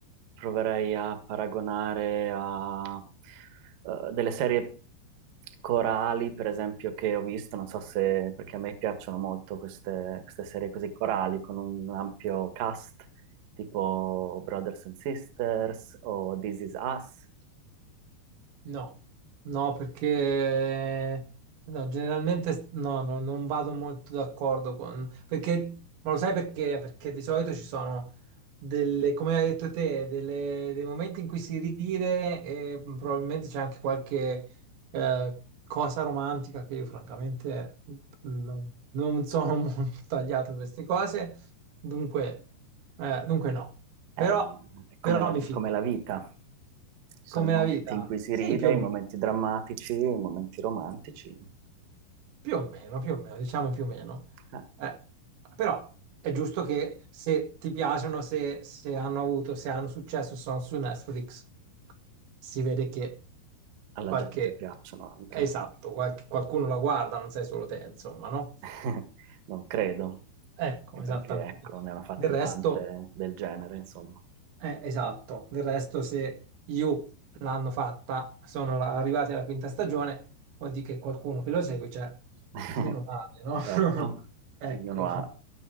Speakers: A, on the right; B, on the right.
A: proverei a paragonare a eh, delle serie corali, per esempio, che ho visto, non so se, perché a me piacciono molto queste, queste serie così corali, con un ampio cast, tipo Brothers and Sisters o This Is Us,
B: No, no, perché no, generalmente no, no, non vado molto d'accordo con... Perché, ma lo sai perché? Perché di solito ci sono delle, come hai detto te, delle- dei momenti in cui si ride e probabilmente c'è anche qualche eh, cosa romantica che io francamente non, non sono <laughs> molto tagliato a queste cose, dunque, eh, dunque no.
A: è,
B: Però,
A: è come
B: però
A: la,
B: mi fido,
A: come la vita. Ci
B: come
A: sono i momenti
B: la vita.
A: in cui si
B: Sì,
A: ride,
B: più o
A: i
B: meno.
A: momenti drammatici, i momenti romantici,
B: Più o meno, più o meno, diciamo più o meno.
A: Eh,
B: Eh, però è giusto che se ti piacciono, se, se hanno avuto, se hanno successo, sono su Netflix, si vede che
A: alla
B: qualche...
A: gente piacciono anche.
B: Esatto, qualche- qualcuno la guarda, non sei solo te, insomma, no?
A: <laughs> Non credo,
B: Ecco,
A: anche
B: esattamente.
A: perché ecco, ne hanno fatte
B: Del resto...
A: tante del genere, insomma.
B: Eh, esatto, del resto se io l'hanno fatta, sono la- arrivati alla quinta stagione, vuol dire che qualcuno che lo segue c'è,
A: <laughs>
B: meno male, no?
A: Certo,
B: <laughs> Ecco,
A: ognuno ha,